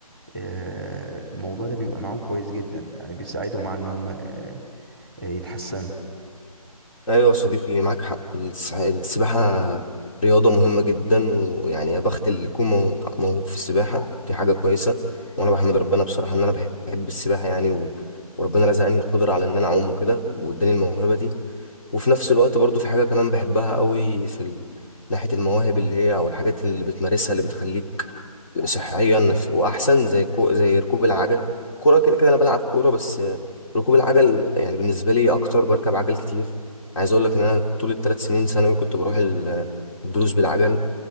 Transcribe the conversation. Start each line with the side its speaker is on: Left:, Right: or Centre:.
Centre: آه الموضوع ده بيبقى معاهم كويس جدا يعني بيساعدهم على ان هم آه آه، يتحسنوا
Left: أيوة يا صديقي معاك حق الس- السباحة رياضة مهمة جدا ويعني يا بخت اللي يكون مو- موهوب في السباحة دي حاجة كويسة وأنا بحمد ربنا بصراحة إن أنا بحب السباحة يعني و... وربنا رزقني القدرة على إن أنا أعوم وكده وإداني الموهبة دي وفي نفس الوقت برضو في حاجة كمان بحبها قوي في ال... ناحية المواهب اللي هي أو الحاجات اللي بتمارسها اللي بتخليك صحيا ف- وأحسن زي كو... زي ركوب العجل كورة كده كده أنا بلعب كورة بس ركوب العجل يعني بالنسبة لي أكتر بركب عجل كتير عايز أقول لك إن أنا طول الثلاث سنين ثانوي كنت بروح ال- الدروس بالعجل